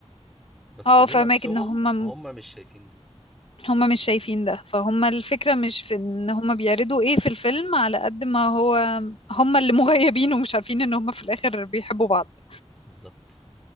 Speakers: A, in the centre; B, on the left (about 55°).
A: بس
B: اه
A: اللي
B: فهمك
A: نفسهم
B: ان هم
A: هما مش شايفين ده
B: هما مش شايفين ده فهما الفكرة مش في ان هما بيعرضوا ايه في الفيلم على قد ما هو هما اللي مغيبين ومش عارفين ان هما في الاخر بيحبوا بعض
A: بالظبط